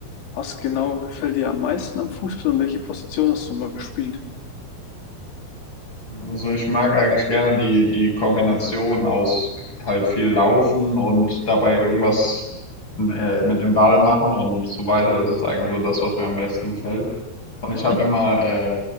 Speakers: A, on the left; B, on the left.
A: Was genau gefällt dir am meisten am Fußball und welche Position hast du mal gespielt?
B: Also ich mag eigentlich gerne die, die Kombination aus halt viel laufen und dabei irgendwas äh, mit dem Ball machen und so weiter. Das ist eigentlich so das, was mir am besten gefällt. Und
A: Mhm.
B: ich habe immer äh,